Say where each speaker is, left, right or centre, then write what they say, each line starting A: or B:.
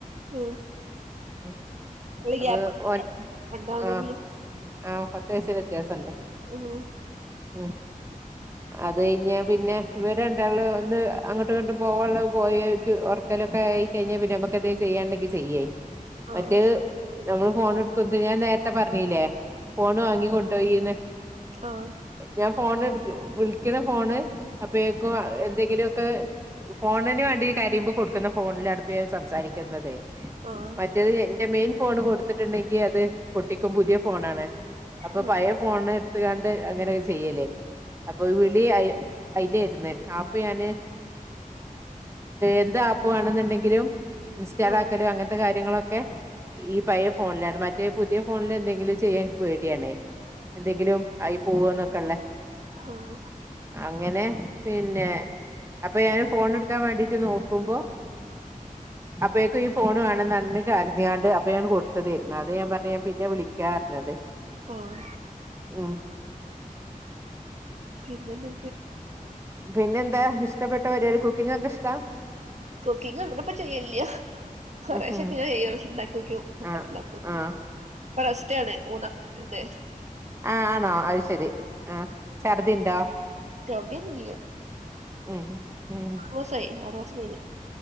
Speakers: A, on the right; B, on the right.
A: ഉം
B: ഉം
A: അല്ല
B: അപ്പൊ
A: ഗ്യാപ്പ്
B: ഓൻ
A: രണ്ടാളും
B: ആ
A: തമ്മില്
B: ആ പത്തു വയസിന് വ്യത്യാസ ഇണ്ട്
A: <unintelligible>
B: ഉം അത് കഴിഞ്ഞ പിന്നെ ഇവരണ്ടാള് ഒന്ന് അങ്ങോട്ടു ഇങ്ങോട്ടു പോവാള്ള പോയി ഒർക്കലൊക്കെ ആയി കഴിഞ്ഞ പിന്നെ നമ്മക്കെന്തേ ചെയ്യാണ്ടങ്കി ചെയ്യേ മറ്റഹ്
A: ആഹ്
B: നമ്മള് ഫോൺ എടുക്കും ചെ ഞാൻ നേര്ത്തെ പർഞ്ഞീല്ലേ ഫോണ് വാങ്ങി കൊണ്ടോയീന്ന്
A: ആഹ്
B: ഞാൻ ഫോണ് വിൾക്ക്‌ണ ഫോണ് അപ്പയേക്കും എന്തെങ്കിലും ക്കെ ഫോണിന് വേണ്ടി കരയുമ്പോ കൊടുക്കുന്ന ഫോൺലാണ് ഇപ്പ ഞാൻ സംസാരിക്കുന്നത്
A: ആഹ്
B: മറ്റത് എന്റെ മെയിൻ ഫോണ് കൊടുത്ത്ട്ട്ണ്ടെങ്കി അത് പൊട്ടിക്കും പുതിയ ഫോണാണ് അപ്പ
A: ആഹ്
B: പയേ ഫോണ് ഇട്ത്ത്ങ്ങാണ്ട് അങ്ങനൊ ചെയ്യലേ അപ്പൊ വിളി അയി അയില്ലെയിര്ന്ന് ആപ്പ് ഞാന് എന്ത് ആപ്പ് വേണെന്നുണ്ടെങ്കിലും ഇൻസ്റ്റാൾ
A: ആഹ്
B: ആക്കല് അങ്ങൻ ത്ത കാര്യങ്ങളൊക്കെ ഈ പഴയ ഫോൺലാണ് മറ്റേ പുതിയ ഫോൺല് എന്തെങ്കിലും ചെയ്യാൻ ഇൻക്ക് പേടിയാണ് എന്തെങ്കിലും ആയി പോവോന്നൊക്കള്ളേ
A: ഉം
B: അങ്ങനെ പിന്നെ അപ്പൊ ഞാനും ഫോണ് എടുക്കാൻ വേണ്ടിട്ട് നോക്കുമ്പോ അപ്പഴേക്ക്‌ ഈ ഫോണ് വേണം ന്നർഞ്ഞ് കര്ഞ്ങ്ങാണ്ട് അപ്പ ഞാന് കൊടു ത്തതെയ്ര്ന്ന് അതെ ഞാൻ പർഞ്ഞെ ഞാൻ പിന്നെ വിളിക്കാർഞ്ഞത്
A: ആഹ്
B: ഉം
A: പിന്നെ എന്തേ
B: പിന്നെന്താ ഇഷ്ടപ്പെട്ട പരുപാടി കുക്കിംങ്‌ ഒക്കെ ഇഷ്ടാ
A: കുക്കിങ് അങ്ങന ഇപ്പ ചെയ്യൽല്ലാ കൊറെശൊക്കെ
B: ഉം ഉം
A: ഞാൻ ചെയ്യോ ഇണ്ടാക്ക്യോ <unintelligible>
B: ആഹ് ആഹ്
A: ഇപ്പ റസ്റ്റ് ആണ് മൂന്നാ അതെ
B: ആ ആണോ അഹ് ശരി ആ ഛർദിണ്ടോ
A: തൊടങ്ങിയൊന്നുല്ല
B: ഉം ഉം
A: റ്മസായി ആറ് മാസം കഴിഞ്